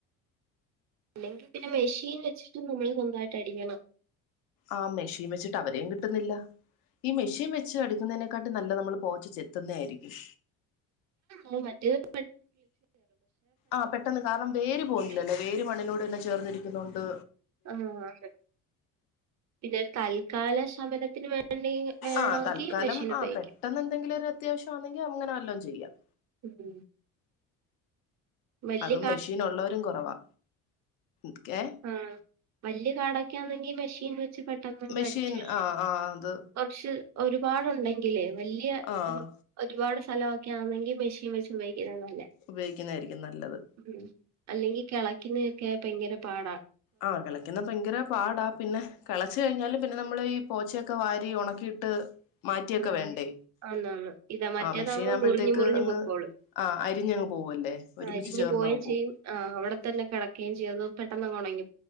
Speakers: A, on the right (about 50°); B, on the left (about 75°).
A: അല്ലെങ്കിൽ പിന്നെ മെഷീൻ വെച്ചിട്ട് നമ്മള് സ്വന്തായിട്ട് അടിയണം
B: ആ മെഷീൻ വെച്ചിട്ട് അവരേയും കിട്ടുന്നില്ല ഈ മിഷീൻ വെച്ച് അടുക്കുന്നതിനെക്കാട്ടും നല്ല നമ്മൾ പോച്ച് ചെത്തുന്ന ആയിരിക്കും
A: മു <inaudible> മറ്റ
B: ആ പെട്ടെന്ന് കാരണം വേര് പോരുന്നില്ലല്ലോ
A: ഒരു
B: വേര് മണ്ണിനോട് ചേർന്നരിക്കുന്നോണ്ട്
A: ആഹ് അതെ പിന്നെ ഒരു തല്ല് കാല ശമനത്തിന് വേണ്ടി വേണമെങ്കിൽ
B: ആ തൽക്കാലം
A: മെഷീൻ ഉപയോഗിക്കാം
B: ആ പെട്ടെന്ന് എന്തെങ്കിലും ഒരു അത്യാവശ്യംമാണെങ്കിൽ അങ്ങനെ വല്ലോ ചെയ്യാം
A: ഉം വല്യ
B: അതും മെഷീൻ ഉള്ളവരും കുറവാ ക്കെ
A: ആ വല്ല്യ കാടക്കെയാ നിമിഷീൻ ച് പെട്ടന്നങ്ങടിച്ച്
B: മെഷീൻ ആഹ് ആഹ് അത്
A: കൊർച്ച് ഒരുപാടുണ്ടെങ്കിലേ വല്ല്യ
B: ആഹ്
A: രു ഒരുപാട് സ്ഥല ക്കാണെങ്കി മിഷീൻ വെച്ച് വെയ് എവല
B: ഉപയോഗിക്കുന്നതായിരിക്കും നല്ലത്
A: ഉം അല്ലെങ്കി കളക്കിന് ക്കെ ഭയങ്കരം പാട
B: ആഹ് കളക്ക്ന്നെ ഭയങ്കര പാടാ പിന്നെ കളച്ച് കഴിഞ്ഞാല് പിന്നെ നമ്മള് പോച്ച ഒക്കെ വാരി ഉണക്കിയിട്ട് മാറ്റിയൊക്കെ
A: ആ
B: വേണ്ടേ
A: അന്നന്ന് ഇതാ മറ്റേതാകുമ്പോം
B: ആഹ് മെഷീൻ ആകുമ്പോഴത്തേക്ക്
A: മുറിഞ്ഞ് മുറിഞ്ഞ്
B: അങ്ങ്
A: പൊക്കോളും
B: ആഹ് അരിഞ്ഞങ്ങ് പോവല്ലേ ഒരുമിച്ച്
A: അരിഞ്ഞു
B: ചേർന്നങ്ങ്
A: പോയും ചെയ്യും
B: പോവും
A: ആ അവിടെ തന്നെ കിടക്കുകയും ചെയ്യും അത പെട്ടന്നങ്ങുണങ്ങി